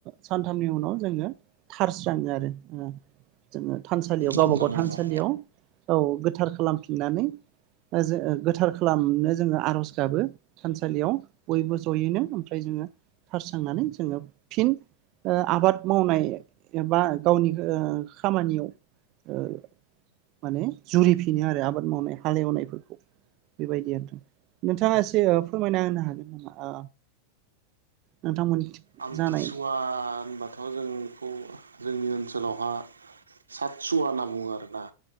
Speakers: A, on the right (about 40°); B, on the right (about 75°).
A: सानथामनि उनाव जोङो थारस्राङो आरो जोङो थानसालियाव
B: सातथानि
A: गावबा गाव थानसालियाव
B: उनाव
A: औ गोथार खालामफिननानै ओ जो गोथार खालामनो जोङो आरज गाबो थानसालियाव बयबो जयैनो ओमफ्राय जोङो थारस्रांनानै जोङो फिन ओ आबाद मावनाय एबा गावनि ओ खामानियाव ओ माने जुरिफिनो आरो आबाद मावनाय हालेवनायफोरखौ बेबायदि आरोथ नोंथाङा ओ एसे फोरमायना होनो हागोन नामा ओ नोंथांमोन।
B: आमथिसुवा
A: जानाय
B: होन <unintelligible> जोंखौ जोंनि ओनसोलावहा सातसुवा होनना बुङो आरोना।